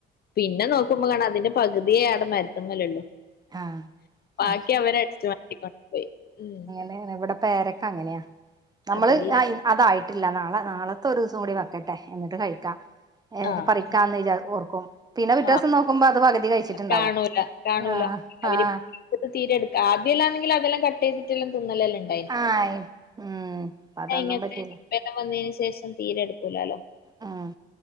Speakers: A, on the left; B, on the right.
A: പിന്നെ നോക്കുമ്പൊളാണ് അതിന്റെ പകുതിയെ അവിടെ മരത്ത്മ്മലൊള്ളു
B: ആ
A: ബാക്കി
B: ആ
A: അവരടിച്ച് മാറ്റിക്കൊണ്ട് പോയി ഉം
B: എങ്ങനെ ഇവ്ടെ പേരക്കങ്ങനെയാ നമ്മള്
A: അതെല്ലേ
B: അ അതായിട്ടില്ല നാളെ നാളത്തെ ഒരൂസം കൂടി വെക്കട്ടെ എന്നിട്ട് കഴിക്കാം ഏഹ്
A: ആഹ്
B: പറിക്കാന്ന് വിചാ ഓർക്കും പിന്നെ പിറ്റേ
A: ആഹ്
B: ദിവസം നോക്കുമ്പോ അത് പകുതി കഴിച്ചിട്ടുണ്ടാവും
A: കാണൂല കാണൂല
B: ആഹ്
A: അവര്
B: ആഹ്
A: തീരെടുക്ക ആദ്യം എല്ലാണെങ്കില് അതെല്ലാം കട്ടെയ്തിട്ടെല്ലാം തിന്നലന്നേണ്.
B: ആയി ഉം അതൊന്നും
A: ഇങ്ങനത്തെ
B: പറ്റിയില്ല.
A: വന്നതിന് ശേഷം തീരെടുക്കൂലാല്ലോ.
B: ആഹ്